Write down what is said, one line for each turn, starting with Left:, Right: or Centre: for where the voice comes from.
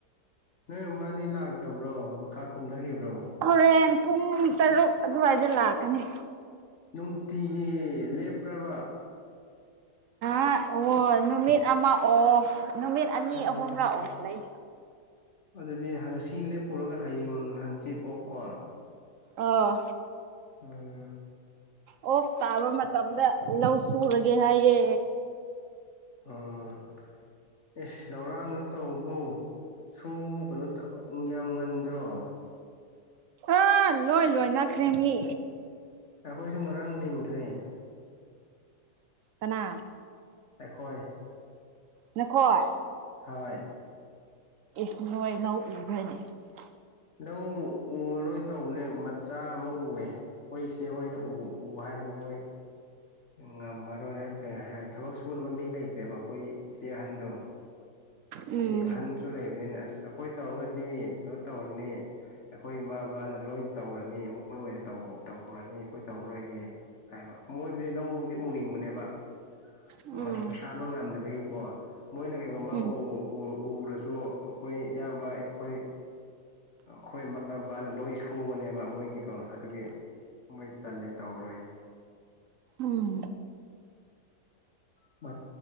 Left: ꯅꯣꯏ ꯃꯥꯗꯤ ꯂꯥꯛꯇꯕ꯭ꯔꯣ ꯃꯈꯥ ꯀꯨꯝꯊꯈꯤꯕ꯭ꯔꯣ
Right: ꯍꯣꯔꯦꯟ ꯄꯨꯡ ꯇꯔꯨꯛ ꯑꯗꯨꯋꯥꯏꯗ ꯂꯥꯛꯀꯅꯤ
Left: ꯅꯨꯡꯇꯤꯒꯤ ꯂꯦꯞꯄ꯭ꯔꯕ
Right: ꯑꯣ ꯅꯨꯃꯤꯠ ꯑꯃ ꯑꯣꯐ ꯅꯨꯃꯤꯠ ꯑꯅꯤ
Left: ꯑꯣ
Right: ꯑꯍꯨꯝꯔꯛ ꯑꯣꯞ ꯂꯩ
Left: ꯑꯗꯨꯗꯤ ꯉꯁꯤ ꯂꯦꯞꯄꯨꯔꯒ ꯍꯌꯦꯡ ꯍꯪꯆꯤꯠ ꯑꯣꯞꯀꯣ
Right: ꯑꯣ
Left: ꯎꯝ
Right: ꯑꯣꯐ ꯇꯥꯕ ꯃꯇꯝꯗ ꯂꯧ ꯁꯨꯔꯒꯦ ꯍꯥꯏꯌꯦ
Left: ꯑꯣ ꯑꯦꯁ ꯂꯧꯔꯥꯡꯒꯅꯣ ꯇꯧꯕꯕꯨ ꯁꯨꯕꯨ ꯀꯩꯅꯣ ꯌꯥꯝ ꯉꯟꯗ꯭ꯔꯣ
Right: ꯑ ꯂꯣꯏ ꯂꯣꯏ ꯅꯅꯥꯈ꯭ꯔꯦ ꯃꯤ
Left: ꯑꯩꯈꯣꯏꯁꯨ ꯉꯔꯥꯡ ꯂꯤꯡꯈ꯭ꯔꯦ
Right: ꯀꯅꯥ
Left: ꯑꯩꯈꯣꯏ
Right: ꯅꯈꯣꯏ
Left: ꯍꯣꯏ
Right: ꯏꯁ ꯅꯣꯏ ꯂꯧ ꯏꯚꯥꯏꯅꯦ <inaudible> <unintelligible>
Left: ꯂꯧ ꯎꯔꯔꯣꯏꯅ ꯇꯧꯕꯅꯦ ꯃꯆꯥ ꯑꯃ ꯎꯑꯦ ꯑꯩꯈꯣꯏ ꯏꯆꯦ ꯍꯣꯏꯅ ꯎ ꯎ ꯍꯥꯏꯔꯒ ꯃꯣꯏ ꯉꯝꯃꯔꯣꯏ ꯍꯥꯏꯗꯤ ꯀꯩ ꯍꯥꯏ ꯊꯕꯛ ꯁꯨꯅꯕ ꯃꯤ ꯂꯩꯇ꯭ꯔꯦꯕ ꯑꯩꯈꯣꯏ ꯏꯆꯦ ꯑꯍꯟꯗꯣ ꯏꯆꯦ
Right: ꯎꯝ
Left: ꯑꯍꯟ ꯁꯨ ꯂꯩꯕꯅꯤꯅ ꯑꯁ ꯑꯩꯈꯣꯏ ꯇꯧꯔꯒ ꯗꯤ ꯀꯩꯅꯣ ꯇꯧꯔꯅꯤ ꯑꯩꯈꯣꯏ ꯏꯃꯥ ꯕꯥꯅ ꯂꯣꯏ ꯇꯧꯔꯅꯤ ꯃꯣꯏ ꯑꯣꯏꯅ ꯇꯧꯔꯅꯤ ꯑꯩꯈꯣꯏ ꯇꯧꯔꯔꯣꯏꯒꯦ ꯍꯥꯏꯕ ꯃꯣꯏꯕꯨꯗꯤ ꯂꯧꯕꯨꯗꯤ ꯎꯅꯤꯡꯕꯅꯦꯕ
Right: ꯎꯝ
Left: ꯃꯁꯥꯗꯣ ꯉꯝꯗꯕꯒꯤꯀꯣ ꯃꯣꯏꯅ ꯀꯩꯒꯨꯝꯕ
Right: ꯎꯝ
Left: ꯎ ꯎ ꯎꯔꯁꯨ ꯑꯩꯈꯣꯏ ꯏꯌꯥꯝꯕ ꯑꯩꯈꯣꯏ ꯑꯩꯈꯣꯏ ꯃꯃꯥ ꯃꯄꯥꯅ ꯂꯣꯏ ꯁꯨꯕꯅꯦꯕ ꯃꯣꯏꯒꯤꯀꯣ ꯑꯗꯨꯒꯤ ꯃꯣꯏ ꯇꯜꯂꯦ ꯇꯧꯔꯔꯣꯏ
Right: ꯎꯝ
Left: ꯃ